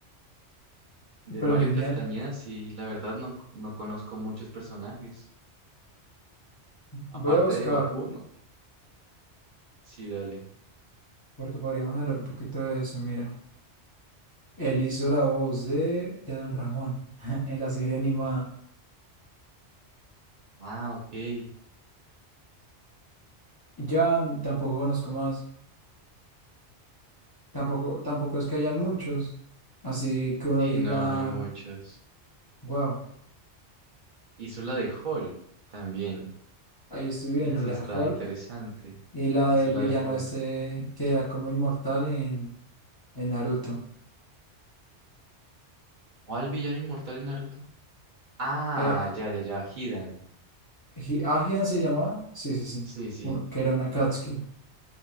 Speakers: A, on the right; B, on the left.
A: De
B: pero
A: Mario
B: genial.
A: Castañeda, sí, la verdad no, no conozco muchos personajes.
B: Voy
A: Aparte
B: a buscar,
A: de Goku, no. Sí, dale.
B: porque podríamos hablar un poquito de eso. Mira, él hizo la voz de, de Don Ramón <laughs> en la serie animada.
A: Ah, ok.
B: Ya mm, tampoco conozco más, tampoco, tampoco es que hayan muchos, así que uno
A: Sí,
B: diga,
A: no, no hay muchos.
B: wow,
A: Hizo la de Hulk también.
B: ahí estoy viendo
A: Esa sí
B: la
A: está
B: de Hulk.
A: interesante.
B: Y la
A: Hizo
B: del
A: la
B: villano
A: de Hulk.
B: este que era como inmortal en, en Naruto.
A: ¿Cuál villano inmortal en Naruto? Ah,
B: Eh,
A: ya, ya, ya, Hidan.
B: Hi- ¿Ajian se llamaba? Sí, sí, sí.
A: Sí, sí.
B: u- Que era una Akatsuki.